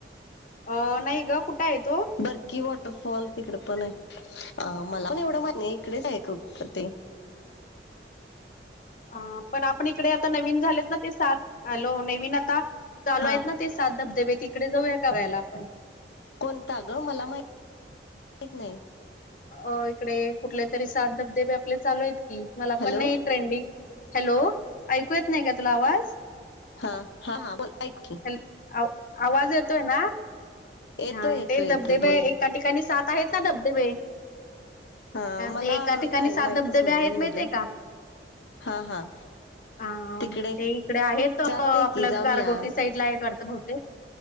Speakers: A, on the left; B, on the left.
A: अ नाही गं कुठे आहे तो?
B: बर्की वॉटरफॉल तिकडे पण आहे, मला पण एवढं माहित नाही इकडेच आहे. पडतय.
A: अ पण आपण इकडे आता नवीन झालेत ना, ते सात हॅलो! नवीन आता चालू
B: हा
A: आहेत ना. ते सात धबधबे तिकडे जाऊया, का फिरायला आपण?
B: कोणता गं मला माहि -माहित नाही.
A: अ इकडे कुठले तरी सात धबधेबे आपले चालू आहेत की, मला
B: हॅलो
A: पण नाही ट्रेंडिंग हँलो! ऐकू येत नाही का तुला आवाज?
B: हा हा हा, बोल ऐकते.
A: हॅल आवाज येतोय ना,
B: येतोय
A: हा
B: येतोय
A: ते
B: येतोय
A: धबधबे
B: बोल
A: एका ठिकाणी सात आहेत ना, धबधबे.
B: हा मला
A: ते एका ठिकाणी
B: नाही
A: सात
B: माहितच
A: धबधबे
B: नाही,
A: आहेत
B: म्हणून म्हटलं
A: माहितीय का
B: हा हा.
A: हां
B: तिकडे
A: म ते इकडे आहेत
B: चालतय
A: आपलं
B: की जाऊया
A: गारगोटी साईड ला आहेत वाटत भोवतेक